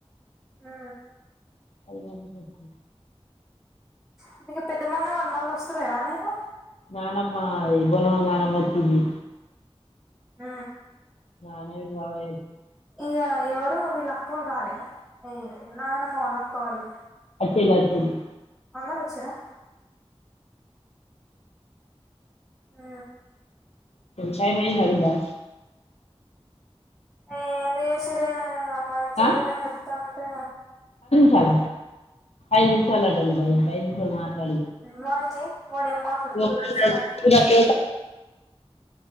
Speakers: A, in the centre; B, on the left.
A: మ్
B: అది మడత పెట్న
A: ఇంతకీ పెద్ద మామయ్య వాళ్ళు మళ్ వస్తలేరా నే ఇగ
B: నానమ్మా ఈ బోనాల నానమ్మ వచ్చింది.
A: ఆ
B: నానవి బాగే
A: ఇగ ఎవరు వీళ్ అక్కువాళ్ళు రాలే? ఈ నానమ్మ వాళ్ళ అక్కవాళ్ళు.
B: అయిపెయింది. అయిపెయింది.
A: అందరోచ్చారా? అ
B: కాయ మయి దా
A: ఎందుకు చేసిరే అమ్మాయిం చెయ్యదని
B: ఆ?
A: చెప్తాంటే,
B: చాల ఐదు నిమిషాలు అట బిడ్డ ఐదు నిమిషాలు మాట్లాడ,
A: వాడికి వాడు ఏం మాట్లాడుతాడో
B: <unintelligible>
A: చూస్తా
B: నాకు